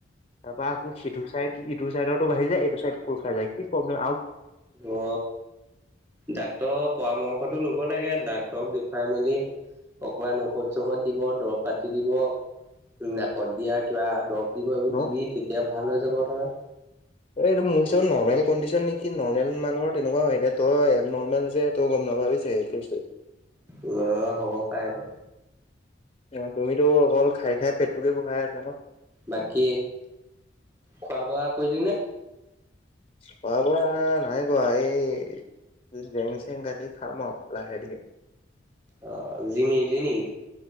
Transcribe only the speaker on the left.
তাৰপা আকৌ সিটো চাইড টো চাইডতো বাঢ়ি যায় এইটো চাইড খোল খাই‌ যায় কি প্ৰব্লম
ন
এই এইটো মোৰ হিচাপে নৰ্মেল কন্দিচন নেকি নৰ্মেল মানুহৰ তেনেকুৱাই হয় তই এবনৰমেল যে তোক অ না ভাবিছে কেছটো।
অ তুমিতো অকল খাই খাই পেটোকে বহাই আছা ন?
খোৱা বোৱা নাই কৰা এই জেং চেং কাটি খাম আৰু লাহে ধীৰে।